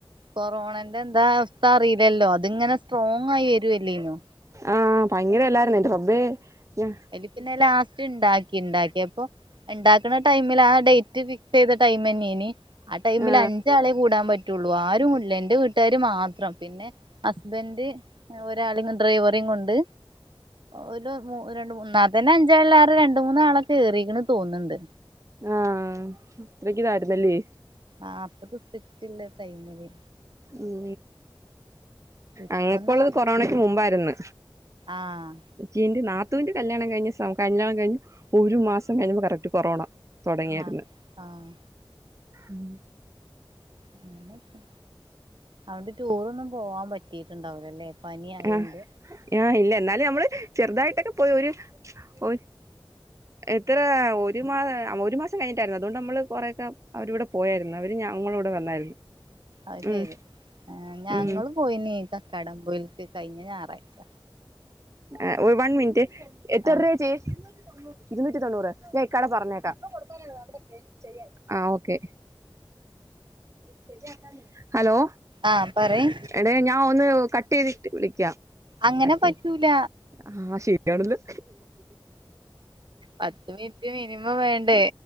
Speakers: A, on the right (about 65°); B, on the right (about 35°).
A: കൊറോണന്റെ ൻ്റെ അവസ്ഥ അറിയില്ലല്ലോ അത്ങ്ങനെ സ്ട്രോങ് ആയി വരുവല്ലേനോ
B: ആഹ് പയങ്കര എല്ലാരുന്നോ ഇന്റെ റബ്ബേ ആഹ്
A: അയ്ൽ പിന്നെ ലാസ്റ്റ് ഇണ്ടാക്കി ഇണ്ടാക്കിയപ്പോ ഉണ്ടാക്കണ ടൈമിൽ ആഹ് ഡേറ്റ് ഫിക്സ് ചെയ്ത ടൈം തന്നെയെനി ആഹ് ടൈമിൽ
B: ആ
A: അഞ്ചാളെ കൂടാൻ പ റ്റുള്ളൂ ആരും ഇല്ല എന്റെ വീട്ടാര് മാത്രം പിന്നെ ഹസ്ബൻഡ് ഒരാളെങ്ങ് ഡ്രൈവറെം കൊണ്ട് ഒരു മു രണ്ട് മൂന്നാ ന്നാ തന്നെ അഞ്ചാള് രണ്ട് മൂന്നാ ആൾ ഏറിയിക്ക്ണ് തോന്ന്ണ്ട്
B: ആഹ് അത്രക്ക് ഇതായിരുന്നല്ലി
A: ആഹ് അത്രയ്ക്ക് സ്ട്രിക്ട് ഉള്ള ആഹ് ടൈമില്
B: ഉം
A: ഇപ്പൊന്നാ
B: അങ്ങക്ക ഉള്ളത് കൊറോണക്ക്
A: അങ്ങനെ
B: മുമ്പായിരുന്നു
A: ആഹ്
B: ചീന്റെ നാത്തുവിന്റെ കല്യാണം കഴിഞ്ഞ് സ കല്യാണം കഴിഞ്ഞ് ഒരു മാസം കഴിഞ്ഞപ്പോ കറക്റ്റ് കൊറോണ തോടങ്ങിയിരുന്ന്
A: ആഹ് ആഹ്
B: ഉം
A: അങ്ങനെ ഒക്കെ അതോണ്ട് ടൂറൊന്നും പോവാൻ പറ്റീട്ടുണ്ടാവിലല്ലെ പനി ആയൊണ്ട്
B: ആഹ് ആഹ് ഇല്ല എന്നാലും നമ്മള് ചെറുതായിട്ടൊക്കെ പോയി ഒരു ഒ എത്ര ഒരു മാ ഒരു മാസം കഴിഞ്ഞിട്ടായിരുന്നു അതുകൊണ്ട് നമ്മള് കൊറെക്കെ അവരിവിടെ പോയായിരുന്നു അവര് ഞങ്ങളോടെ വന്നായിരുന്നു
A: അയ് ശരി
B: ഉം
A: ആഹ് ഞങ്ങളും
B: ഉം
A: പോയിനീ കക്കാടമ്പൂൽേക്ക് കഴിഞ്ഞ ഞായറാഴ്ച
B: ആഹ് ഒ വൺ മിനിറ്റെ എത്രച്ചി
A: ആ
B: ഇരുന്നൂറ്റി തൊണ്ണൂറ് ഞാൻ ഇക്കാടെ പറഞ്ഞേക്കാം ഇപ്പൊ കൊടുത്താലേ ആഹ് ഓക്കെ ശരിയാക്കനേ ഹലോ
A: ആഹ് പറയ്
B: എടെ ഞാൻ ഒന്ന് കട്ട് ചെയ്തിട്ട് വിളിക്കാം
A: അങ്ങനെ
B: കട്ട്
A: പറ്റൂല
B: ചെയ്ത് ആഹ് ശരിയാണല്ലോ
A: പത്ത് മിനിറ്റ് മിനിമം വേണ്ടേ